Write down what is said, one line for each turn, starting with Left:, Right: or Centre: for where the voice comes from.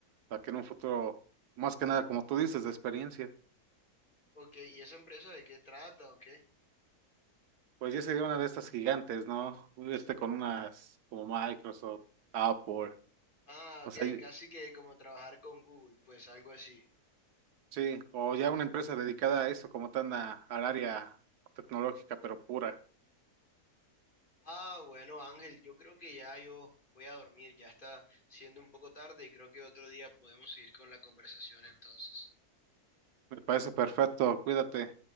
Right: para que en un futuro, más que nada, como tú dices, de experiencia,
Left: Ok, ¿y esa empresa de qué trata o qué?
Right: pues ya sería una de estas gigantes, ¿no? Irte con unas como Microsoft, Apple,
Left: Ah,
Right: o
Left: ok,
Right: sea, y-
Left: casi que como trabajar con Google, pues algo así.
Right: sí, o ya una empresa dedicada a eso, como tan a- al área tecnológica, pero pura.
Left: Ah, bueno, Ángel, yo creo que ya yo voy a dormir, ya está siendo un poco tarde y creo que otro día podemos seguir con la conversación entonces.
Right: Me parece perfecto, cuídate.